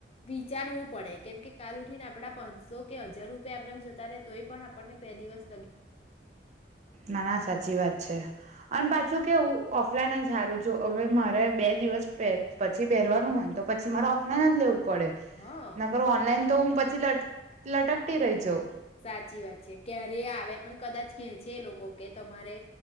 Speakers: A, on the left; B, on the right.
A: વિચારવું પડે કેમ કે કાલ ઉઠીને આપડા પાનસો કે હજાર રૂપિયા એમનેમ જતા રે તો આપણને બે દિવસ
B: ના ના સાચી વાત છે અને પા કેવુ ઓફલાઈન જ સારું જો હવે મારે બે દિવસ પછી પહેરવાનું હોય ને તો પછી મારે ઓફલાઈન જ લેવું પડે
A: હા
B: ન કર ઓનલાઈન તો હું પ લટ લટકટી રહી જાઉ
A: સાચી વાત છે ક્યારે આવે અને કદાચ કે છે એ લોકો કે તમારે